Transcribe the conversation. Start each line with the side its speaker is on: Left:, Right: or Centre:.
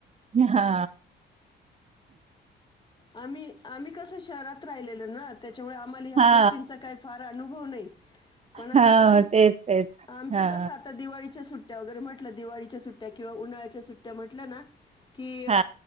Right: हा.
Left: आम्ही, आम्ही कस शहरात राहिलेलो ना त्याच्यामुळे आम्हाला ह्या
Right: हा
Left: गोष्टींचा काही फार अनुभव नाही. पण असं
Right: हा
Left: कधी,
Right: तेच तेच
Left: आमचं
Right: हा
Left: कस आता दिवाळीच्या सुट्ट सुट्ट्या वगैरे म्हटलं दिवाळीच्या सुट्ट्या किंवा उन्हाळ्याच्या सुट्ट्या म्हंटल्या ना, की अ
Right: हा